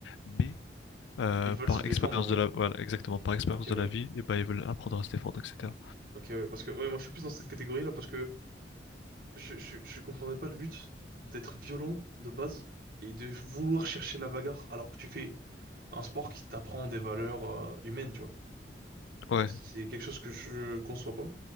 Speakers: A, on the left; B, on the right.
A: mais euh,
B: Ils veulent
A: par
B: se défendre.
A: expérience de la, voilà, exactement, par expérience
B: euh. Ok, ouais.
A: de la vie, et ben ils veulent apprendre à se défendre, etc.
B: Ok, ouais. Parce que, ouais, moi, je suis plus dans cette catégorie-là parce que je, je, je comprendrais pas le but d'être violent de base et de vouloir chercher la bagarre alors que tu fais un sport qui t'apprend des valeurs, euh, humaines, tu vois.
A: Ouais,
B: C'est quelque chose que je conçois pas.